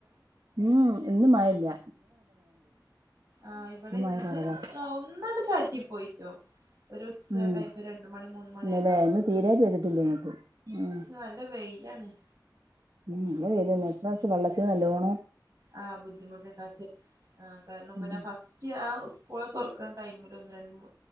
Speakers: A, on the right; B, on the right.
A: ഉം ഇന്ന് മയല്ല്യ.
B: ആഹ ഇവിടെ ഇന്ന്
A: മഴ കുറവാ
B: ഒന്നണ്ട് ചാറ്റി പോയിറ്റോ ഒരു ഉച്ച
A: ഉം
B: ടൈം ഒരു രണ്ട് മണി മൂന്ന് മണിയൊക്കെ
A: ഇന്നലെ
B: <unintelligible>
A: ഇന്ന് തീരെ പെയ്തിട്ടില്ല ഇങ്ങോട്ട് ഉം
B: നല്ല വെയി <unintelligible>
A: നല്ല വെയിലന്നെ ഇപ്രാവശ്യം വെള്ളത്തിന് നല്ലോണോം
B: ആഹ് ബുദ്ധിമുട്ട്ണ്ടാക്കിയ ആ കാരണം പിന്ന
A: ഉം
B: ഫസ്റ്റ് ആ <unintelligible> ള് തുറക്കണ ടൈമില് ഒന്ന് രണ്ട്